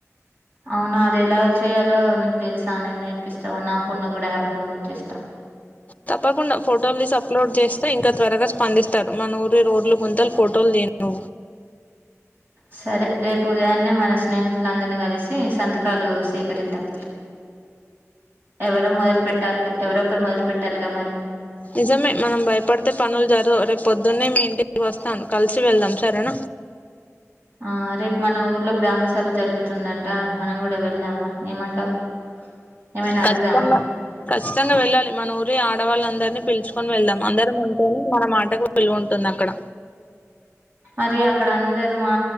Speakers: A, on the right (about 40°); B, on the left (about 25°).
A: అవునా అది ఎలా చేయాలో నీకు తెలుసా అన నేర్పిస్తావా నా ఫోన్ లో కూడా యాప్ డౌన్లోడ్ చేస్తా
B: తప్పకుండా ఫోటోలు తీ అప్లోడ్ చేస్తే ఇంకా త్వరగా స్పందిస్తారు మానూరి రోడ్ల గుంతలు ఫోటోలు తియడి
A: సరే రేపు ఉదయాన్నే మన స్నేహితులందరినీ కలిసి సంతకాలు సేకరిద్దాం ఎవరు మెదలు పెట్టారు గా ఎవరొ ఒకరు మొదలు పెట్టాలిగా మరి
B: నిజమే మనం భయపడితే పనులు జరవు రేపు పొద్దున్నే మీ ఇంటికి వస్తాను కలిసి వెళ్దాం సరేనా
A: ఆ రేపు మన ఊర్లో గ్రామ సభ జరుగుతుందంట మనం కూడా వెళ్దామా ఏమంటావు ఏమైనా
B: కఖచ్చితంగా
A: అడుగుదామా
B: ఖచ్చితంగా వెళ్ళాలి మన ఊరి ఆడవాళ్ళ అందరూ పిలుచుకొని వెళ్దాం అందరం ఉంటేని మన మాటకు వెలువ ఉంటుంది అక్కడ
A: మరి అక్కడ అందరు మా